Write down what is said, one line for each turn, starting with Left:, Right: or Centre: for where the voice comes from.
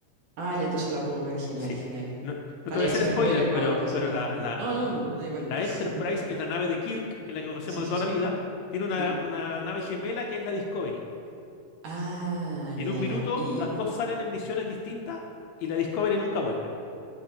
Right: Ah, ya entonces la puedo ver. Genial,
Left: Sí.
Right: genial.
Left: No, no
Right: Vale,
Left: te voy a
Right: ya
Left: hacer
Right: se me
Left: spoiler,
Right: spoiler. No,
Left: pero,
Right: no pasa
Left: pero
Right: nada.
Left: la, la,
Right: No, no,
Left: la-
Right: me da igual.
Left: la
Right: <laughs>
Left: Enterprise, que es la nave de Kirk, que es la que conocemos
Right: Sí,
Left: de
Right: sí,
Left: toda
Right: sí.
Left: la vida, tiene una,
Right: Sí.
Left: una nave gemela que es la Discovery.
Right: Ah,
Left: Y
Right: ya,
Left: en un
Right: ya,
Left: minuto
Right: ya. Y,
Left: las dos salen en misiones distintas y la Discovery nunca vuelve.